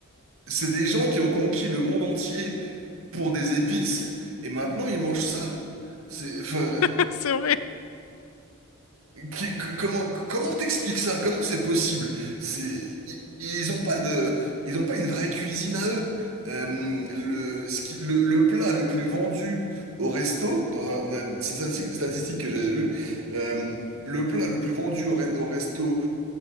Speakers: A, on the right; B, on the left.
A: c'est des gens qui ont conquis le monde entier pour des épices et maintenant ils mangent ça. C'est, enfin,
B: <laughs> c'est vrai.
A: Qui- que- comment comment t'expliques ça? Comment c'est possible? C'est i- ils, ont pas de ils ont pas une vraie cuisine à eux. Euh, le, ce qui- le le plat le plus vendu au resto dans un, un- c'est une statistique statistique que j'avais vue. euh, le plat le plus vendu au, re- au resto